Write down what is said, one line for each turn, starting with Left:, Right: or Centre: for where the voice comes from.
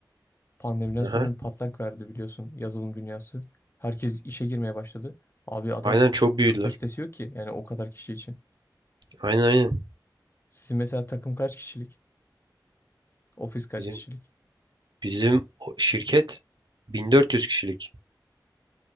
Left: Pandemiden sonra
Right: Aha.
Left: bir patlak verdi biliyorsun yazılım dünyası. Herkes işe girmeye başladı. Abi adam
Right: Aynen çok büyüdüler.
Left: kapasitesi yok ki yani o kadar kişi için.
Right: Aynen aynen.
Left: Sizin mesela takım kaç kişilik? Ofis kaç
Right: Bizim
Left: kişilik?
Right: bizim o şirket 1400 kişilik.